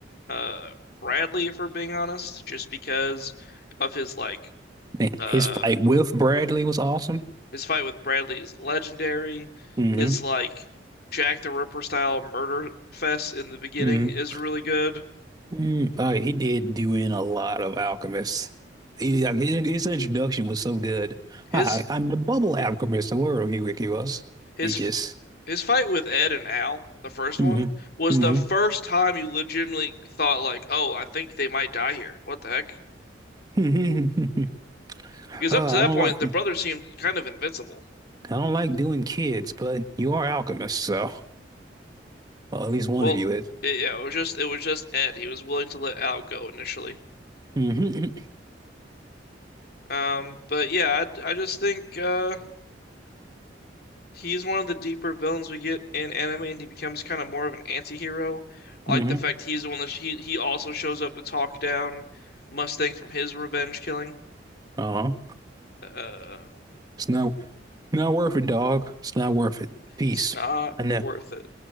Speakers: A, on the left; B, on the right.
A: uh Bradley, if we're being honest, just because of his like
B: Man,
A: uh
B: his fight with Bradley was awesome.
A: his fight with Bradley is legendary.
B: hmm
A: His like Jack the Ripper style murder fest in the beginning
B: hmm
A: is really good.
B: Mm, uh, he did do in a lot of alchemists. He, like, his, his introduction was so good.
A: His
B: I, I'm the bubble alchemist, the world he, he was.
A: his
B: He just.
A: his fight with Ed and Al, the first
B: hmm
A: one, was
B: hmm
A: the first time you legitimately thought like, "Oh, I think they might die here. What the heck?"
B: hmm <laughs>
A: Because
B: uh,
A: up to that
B: I don't
A: point,
B: like
A: the
B: I
A: brothers seemed kind of invincible.
B: don't like doing kids, but you are alchemists, so well, at least one
A: Well,
B: of you is.
A: it, yeah, it was just it was just Ed. He was willing to let Al go initially.
B: hmm
A: Um, but yeah, I, I just think uh, he's one of the deeper villains we get in anime, and he becomes kind of more of an anti-hero. I
B: <laughs>
A: like
B: hmm
A: the fact he's the one that he he also shows up to talk down Mustang from his revenge killing.
B: Uh-huh.
A: Uh,
B: <laughs> It's not not worth it, dog. It's not worth it. Peace.
A: it's not
B: I know.
A: worth it.